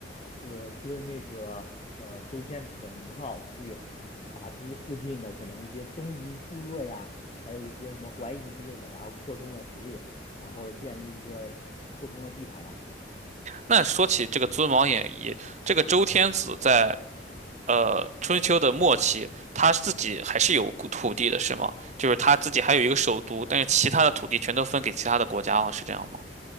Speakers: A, on the left; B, on the right.
A: 呃尊那个呃周天子的名号去打击附近的可能一些东夷部落呀，还有一些什么淮夷之类的，然后扩充了实力，然后建立一个扩充了地盘嘛。
B: 那说起这个尊王演义，这个周天子在呃春秋的末期，他自己还是有土地的，是吗？就是他自己还有一个首都，但是其他的土地全都分给其他的国家了，是这样吗？